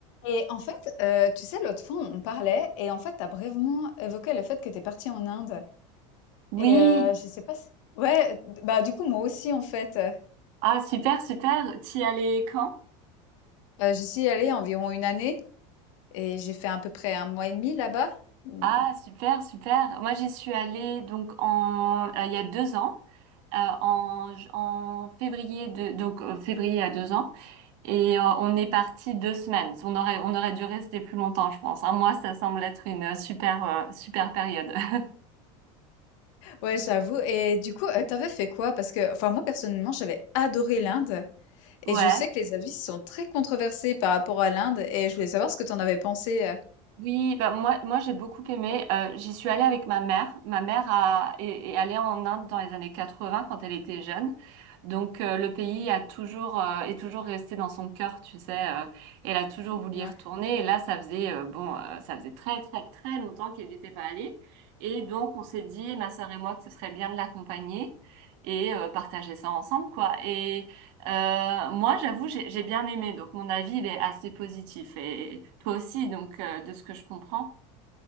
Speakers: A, on the left; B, on the right.
A: Et en fait, heu, tu sais, l'autre fois, on parlait et en fait, tu as brièvement évoqué le fait que tu es partie en Inde
B: Oui,
A: et heu, je sais pas s ouais, d bah, du coup, moi aussi, en fait, heu,
B: ah super, super. Tu y allais quand?
A: heu, j'y suis allée environ une année et j'ai fait à peu près un mois et demi là-bas. Mmh,
B: Ah super, super. Moi j'y suis allée donc en euh, il y a deux ans, euh, en, en février de donc euh, février à deux ans et euh, on est parti deux semaines. On aurait on aurait dû rester plus longtemps je pense. Un mois ça semble être une super euh, super période. <laughs>
A: ouais, j'avoue et du coup, heu, tu fait quoi? Parce que enfin, moi, personnellement, j'avais adoré l'Inde
B: Ouais.
A: et je sais que les avis sont très controversés par rapport à l'Inde et je voulais savoir ce que t'en avais pensé, heu?
B: Oui, bah moi, moi j'ai beaucoup aimé. Euh, j'y suis allée avec ma mère. Ma mère a, est, est allée en Inde dans les années 80 quand elle était jeune. Donc euh, le pays a toujours euh, est toujours resté dans son cœur, tu sais. euh, elle a toujours voulu
A: Ouais.
B: y retourner. Et là, ça faisait euh, bon, euh, ça faisait très très très longtemps qu'elle n'était pas allée. Et donc on s'est dit, ma sœur et moi, que ce serait bien de l'accompagner et euh, partager ça ensemble, quoi. Et euh, moi, j'avoue, j'ai j'ai bien aimé, donc mon avis, il est assez positif. Et toi aussi, donc, euh, de ce que je comprends.